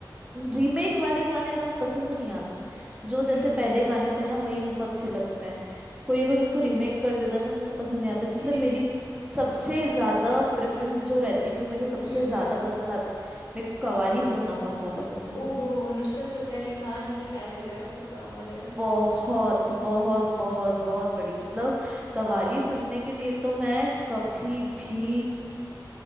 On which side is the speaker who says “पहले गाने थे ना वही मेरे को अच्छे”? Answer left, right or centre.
Right